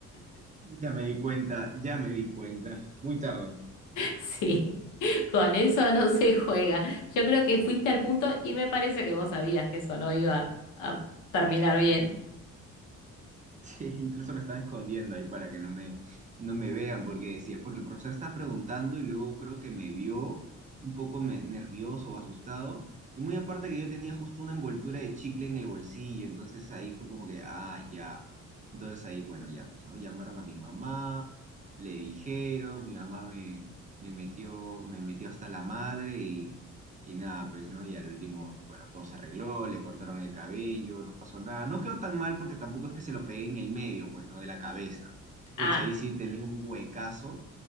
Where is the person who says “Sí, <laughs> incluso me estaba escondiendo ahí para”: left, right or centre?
Right